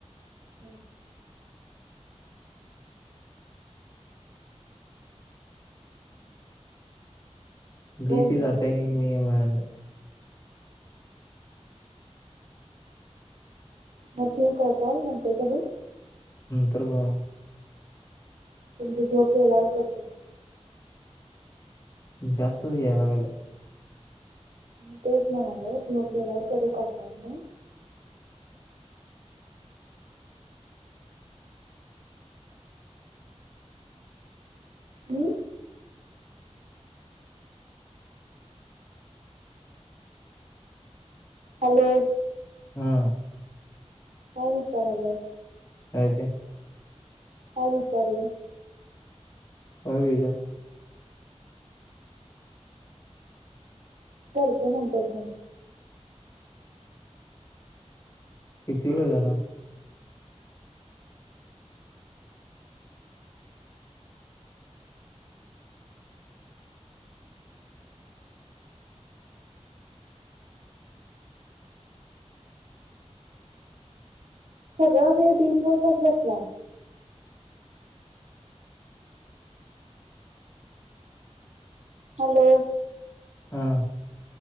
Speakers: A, on the right; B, on the left.
A: हू
B: <unintelligible>
A: बोल मग. म ठेवू का कॉल नंतर करू?
B: नंतर कव्हा?
A: तुमची झोक गेल्यावर करतो की.
B: जास्तच याय लागल्या.
A: मी तेच म्हणालोय झोप गेल्यावर करू का कॉल म? हू हॅलो!
B: हा.
A: काय विचारालोय?
B: काय च्या
A: काय विचारलं?
B: <unintelligible>
A: करतो नंतर फोन.
B: किती वेळ झाला?
A: सगळा वेळ बिनबोलताच बसलाय. हॅलो!
B: हा.